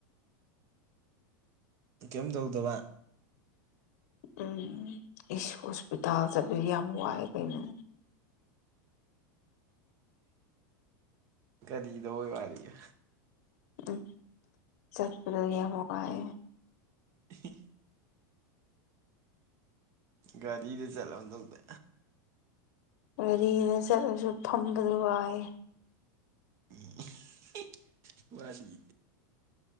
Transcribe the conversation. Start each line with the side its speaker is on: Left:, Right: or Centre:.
Right: ꯀꯩꯝ ꯗꯧꯗꯕ
Left: ꯎꯝ ꯏꯁ ꯍꯣꯁꯄꯤꯇꯥꯜ ꯆꯕꯗꯤ ꯌꯥꯝ ꯋꯥꯏ ꯀꯩꯅꯣ꯫
Right: ꯀꯔꯤꯗꯧ ꯋꯥꯔꯤꯕ
Left: ꯎꯝ ꯆꯠꯄꯗ ꯌꯥꯝ ꯋꯥꯏ꯫
Right: <unintelligible> ꯒꯥꯔꯤꯒ ꯆꯠꯂꯗꯧꯗ
Left: ꯒꯥꯔꯤꯗ ꯆꯠꯂꯁꯨ ꯐꯝꯕꯗ ꯋꯥꯏ꯫
Right: <unintelligible> ꯋꯥꯔꯤ